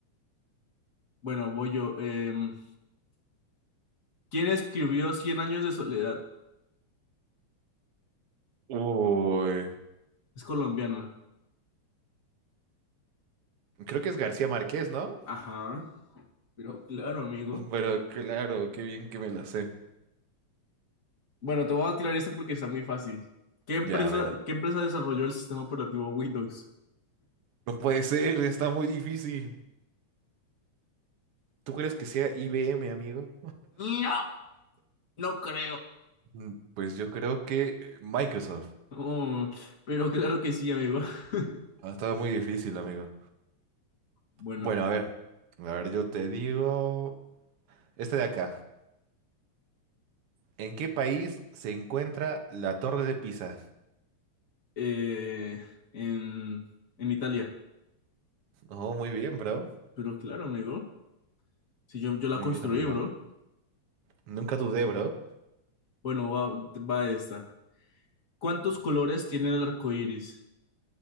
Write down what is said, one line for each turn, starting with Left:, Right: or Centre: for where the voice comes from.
Left: Bueno, voy yo. Em, ¿quién escribió Cien años de soledad?
Right: Uy.
Left: Es colombiano.
Right: Creo que es García Márquez, ¿no?
Left: Ajá, pero claro, amigo.
Right: <laughs> Pero claro, qué bien que me la sé.
Left: Bueno, te voy a tirar esto porque está muy fácil. ¿Qué empresa,
Right: Ya, a ver.
Left: qué empresa desarrolló el sistema operativo Windows?
Right: No puede ser, está muy difícil. ¿Tú crees que sea IBM, amigo?
Left: No, no creo.
Right: Mm, Pues yo creo que eh, Microsoft.
Left: Oh, pero claro que sí, amigo. <laughs>
Right: Ah, Estaba muy difícil, amigo.
Left: Bueno,
Right: Bueno, a ver. A ver, yo te digo. Este de acá. ¿En qué país se encuentra la Torre de Pisa?
Left: eh, en, en Italia.
Right: Oh, muy bien, bro.
Left: Pero claro, amigo. Si yo, yo la
Right: Muy
Left: construí,
Right: bien, amigo.
Left: bro.
Right: Nunca dudé, bro.
Left: Bueno, va, va esta. ¿Cuántos colores tiene el arco iris?